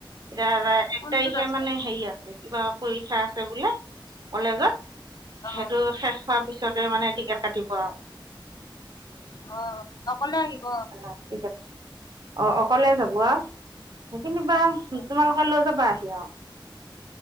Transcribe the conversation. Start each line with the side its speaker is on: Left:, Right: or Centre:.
Right: এতিয়া এক
Left: কোনটো
Right: তাৰিখে
Left: দহ
Right: মানে হেৰি আছে কিবা পৰীক্ষা আছে বোলে কলেজত
Left: অ
Right: সেইটো শেষ হোৱাৰ পিছতে মানে টিকেট কাটিব আৰু
Left: অ অকলে আহিব
Right: অহ ঠিক আছে অহ অকলে যাব অহ কেনিবা
Left: হয়
Right: তোমালোকে লৈ যাবা আহি আৰু